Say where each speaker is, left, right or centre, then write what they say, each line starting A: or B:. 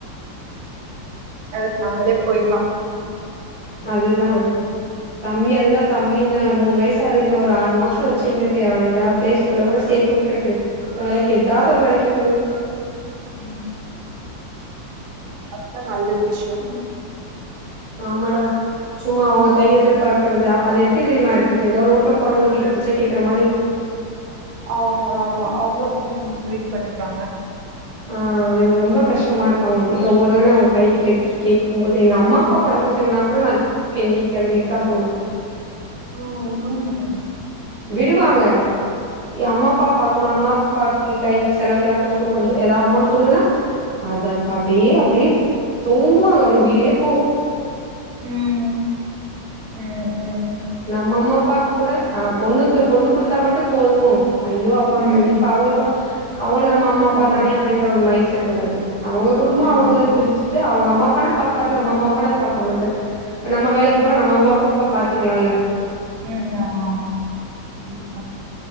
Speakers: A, on the right; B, on the right.
A: அதுக்கு நம்மலே போயிரலா
B: அதுதா தம்பி அதுதா தம்பி இன்னு மூணு வயசுஆகுது இன்னொ ஒரு ஆறு மாசோ வச்சுருந்துட்டு அவன எதாவது பிளே ஸ்கூள்ள கூட சேத்து வுட்டுட்டு வேலைக்கு எதாவது ஒரு வேலைக்கு போயிருவே
A: ம் அதுதா நல்லது விஷயோ
B: ஆமாடா சும்மா அவங்க கைய எதிர்பாக்கறது அது எப்டி தெரியுமா இருக்குது எதோ ரோட்ல போறவங்க கிட்ட பிச்ச கேக்குற மாரி இருக்கு
A: ஆ ஹ ஆமா அவங்களு அப்டிதா கொஞ்சோ ட்ரீட் பண்றாங்க
B: ஆ அது எனக்கு ரொம்ப கஷ்டமா இருக்கு அவனுக்கு இப்ப ஒவ்வொரு தரவயு நா ஒ கை கிட்ட கேட்கும் போது எங்க அம்மா அப்பா உடம்பு சரியில்லனா கூட நா கெஞ்சி கதிரிட்டு தா போணு
A: ஓ விடவும்மாட்டேங்குது
B: விடுவாங்க
A: ம்
B: எ அம்மாப்பா பாக் ஒரு அம்மாப்பாக்கு கைக்கு செலவுக்கு எதாவது கொடுக்கணு கொஞ்சோ எதா அமௌண்ட் கொடுங்கன்னா அத அப்டியே அப்டியே தூங்குவாங்க அப்டி
A: ம்
B: உயிரே போகு
A: ம் ம் ம்
B: நம்ம அம்மாப்பா கூட அ பொண்ணுக்கு பொண்ணு குடுத்தா மட்டு போது ஐயோ அப்பான்றது
A: ம் ம்
B: இப்ப அவங்களுக்கு அவங்களு நம்ம அம்மா அப்பா
A: ம்
B: தானே அப்படின்ற ஒரு மைண்ட் செட் வராது அவுங்க குடும்போ
A: ம்
B: அவுங்கனு பிரிச்சுட்டு அவுங்க அம்மா அப்பானா பாப்பாரு
A: ம்
B: நம்ம
A: ம்
B: அம்மாப்பானா பாக்க மாட்டாரு இப்போ நம்ம வேலைக்கு போனா நம்ம அம்மாப்பா பாத்துக்கலாள
A: உம் ஆமா ஆமா கண்டிப்பா